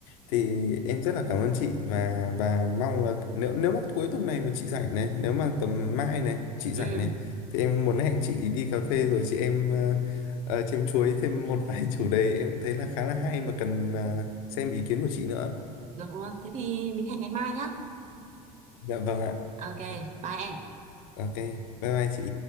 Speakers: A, on the left (about 60°); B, on the right (about 35°).
A: Thì em rất là cảm ơn chị và và mong là nếu nếu mà cuối tuần này mà chị rảnh này, nếu mà tầm mai này chị rảnh
B: ừ
A: này thì em muốn hẹn chị đi cà phê rồi chị em ờ, ờ, chém chuối thêm một vài <laughs> chủ đề em thấy là khá là hay mà cần ờ, xem ý kiến của chị nữa.
B: được luôn thế thì mình hẹn ngày mai nhá
A: Dạ vâng ạ.
B: ok bye em
A: Ok, bye bye chị.